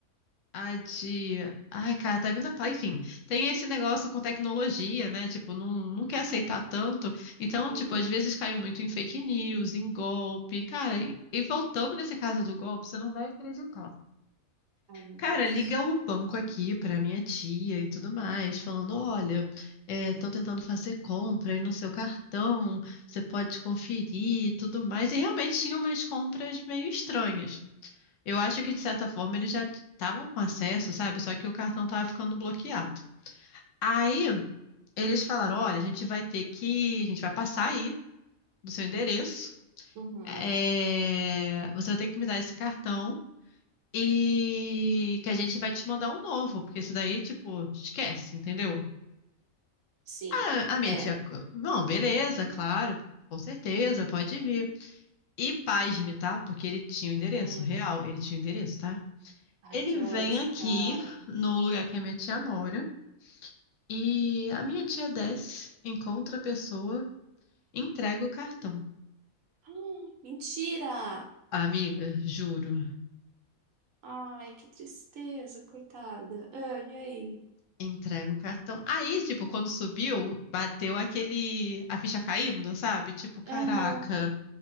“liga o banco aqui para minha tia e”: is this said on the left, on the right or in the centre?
Left